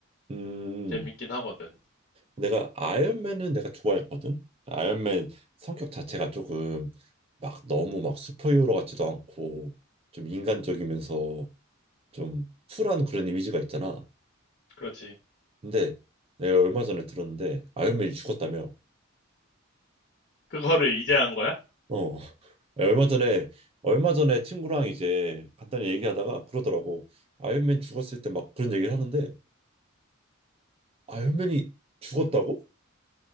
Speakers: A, on the right; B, on the left.
A: 음.
B: 재밌긴 하거든.
A: 내가 아이언맨은 내가 좋아했거든. 아이언맨 성격 자체가 조금 막 너무 막 슈퍼히어로 같지도 않고 좀 인간적이면서 좀 쿨한 그런 이미지가 있잖아.
B: 그렇지.
A: 근데 내가 얼마 전에 들었는데 아이언맨이 죽었다며.
B: 그거를 이제 한 거야?
A: 어. <laughs> 얼마 전에 얼마 전에 친구랑 이제 간단히 얘기하다가 그러더라고. 아이언맨 죽었을 때 막 그런 얘기를 하는데 아이언맨이 죽었다고?